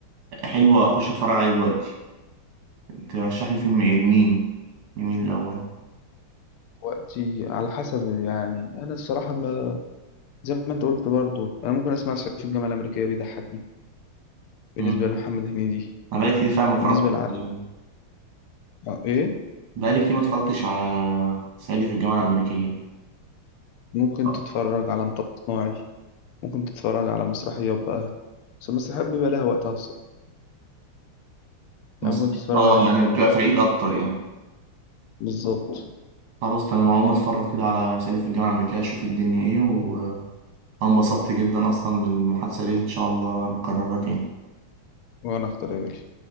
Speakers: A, on the right; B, on the left.
A: حلو اخش اتفرج عليه دلوقتي ترشح لي فيلم ايه لمين لمين الاول
B: وقتي على حسب يعني انا الصراحه ما زي ما انت قلت برضو انا ممكن اسمع صعيدي في الجامعه الامريكيه بيضحكني بالنسبه
A: امم
B: لمحمد هنيدي
A: انا بقالي كتير فعلا ما اتفرجتش
B: بالنسبه لع...
A: عليه
B: آه، ايه
A: بقالي كتير ما اتفرجتش على صعيدي في الجامعه الامريكيه
B: ممكن
A: آه.
B: تتفرج على مطب صناعي ممكن تتفرج على مسرحيات بقى بس المسرحيات بيبقى لها وقتها الصراحه يعني
A: بس
B: ممكن
A: دي-
B: تتفرج
A: اه
B: عليها
A: يعني بتبقى في العيد اكتر يعني
B: بالظبط
A: خلاص تمام هقوم اتفرج كده على صعيدي في الجامعة الأمريكية اشوف الدنيا ايه وانا انبسطت جدا اصلا بالمحادثة دي ان شاء الله نكررها تاني
B: وانا اختار ايه